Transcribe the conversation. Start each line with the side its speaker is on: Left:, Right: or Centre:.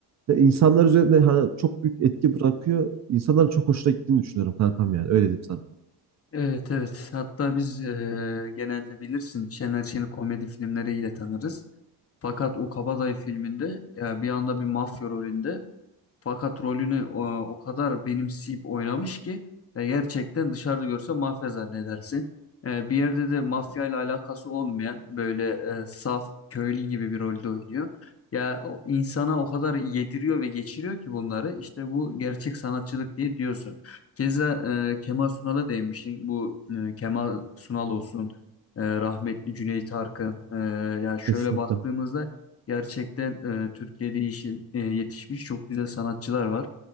Right: de insanlar üzerinde hani çok büyük etki bırakıyor. İnsanların çok hoşuna gittiğini düşünüyorum kankam yani. Öyle diyeyim sana.
Left: Evet evet hatta biz eee, genelde bilirsin Şener Şen'i komedi filmleriyle tanırız. Fakat o Kabadayı filminde ya bir anda bir mafya rolünde fakat rolünü o, o kadar benimseyip oynamış ki e, gerçekten dışarıda görse mafya zannedersin. E, bir yerde de mafya ile alakası olmayan böyle e, saf köylü gibi bir rolde oynuyor. Ya o, insana o kadar yediriyor ve geçiriyor ki bunları işte bu gerçek sanatçılık diye diyorsun. Keza e, Kemal Sunal'a değinmiştin. Bu e, Kemal Sunal olsun, e, rahmetli Cüneyt Arkın. E, ya şöyle
Right: Kesinlikle.
Left: baktığımızda Gerçekten e, Türkiye'de işi, e, yetişmiş çok güzel sanatçılar var.